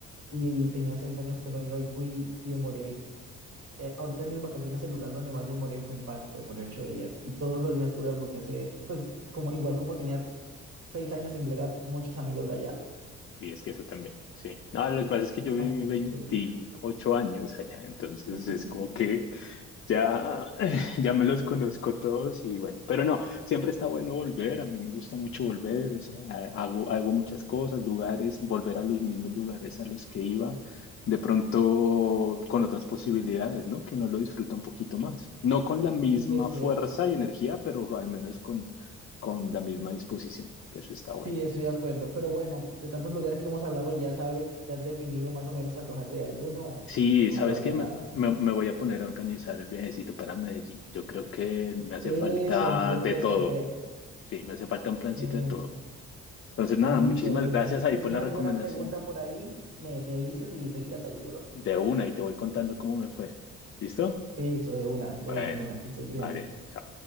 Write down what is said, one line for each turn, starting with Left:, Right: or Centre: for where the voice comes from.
Right: y tenía seis años que no iba y fui y demoré eh, ahorita en mis vacaciones el lugar donde más demoré fue en Pasto, demoré ocho días y todos los días tuve algo que hacer, pues como igual como tenía seis años sin ver a muchos amigos de allá,
Left: Y es que eso también, sí. No, lo que pasa es que yo viví
Right: también
Left: 28
Right: influye.
Left: años allá, entonces
Right: <laughs>
Left: es como que Ya, <laughs> <sighs> ya me los conozco todos y bueno, pero no, siempre está bueno volver, a mí me gusta mucho volver, o sea, hago, hago muchas cosas, lugares, volver a los mismos lugares a los que iba, de pronto con otras posibilidades, ¿no? Que no lo disfruta un poquito más. No con la misma
Right: Sí, es
Left: fuerza
Right: cierto.
Left: y energía, pero al menos con, con la misma disposición, que eso está bueno.
Right: Sí, estoy de acuerdo. Pero bueno, de tantos lugares que hemos hablado, ya sabes, ¿te has definido más o menos antojarte de alguno o
Left: Sí, ¿sabes
Right: o todavía
Left: qué? Me,
Right: nada?
Left: me- me voy a poner a organizar el viajecito para Medellín. Yo creo que me hace
Right: Eso,
Left: falta
Right: Antioquia
Left: de todo.
Right: es perfecto.
Left: Sí, me hace falta un plancito
Right: Eso.
Left: de todo. Entonces, nada,
Right: Listo,
Left: muchísimas
Right: de una.
Left: gracias ahí
Right: Si
Left: por
Right: tienes
Left: las
Right: alguna
Left: recomendaciones.
Right: pregunta por ahí, me, me dices y enseguida te ayudo.
Left: De una, y te voy contando cómo me fue. ¿Listo?
Right: Eso, de una, de
Left: Bueno,
Right: una, de una, que estés bien.
Left: vale, chao.